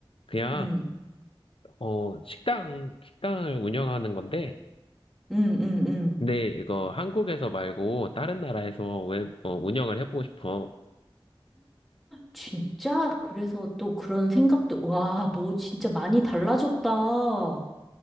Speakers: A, on the left; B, in the centre.
A: 그냥
B: 음.
A: 어, 식당 식당을 운영하는 건데
B: 응, 응, 응.
A: 근데 이거 한국에서 말고 다른 나라에서 왜 어, 운영을 해보고 싶어.
B: 진짜? 그래서 또 그런 생각도, 와, 너 진짜 많이 달라졌다. 어?